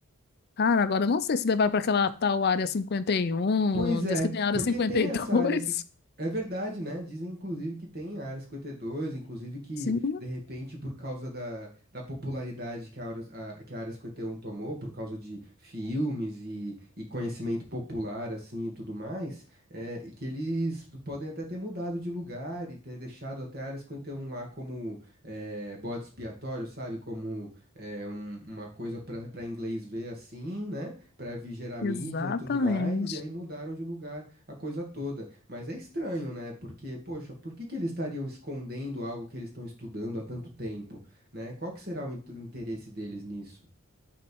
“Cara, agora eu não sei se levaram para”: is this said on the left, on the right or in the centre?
Left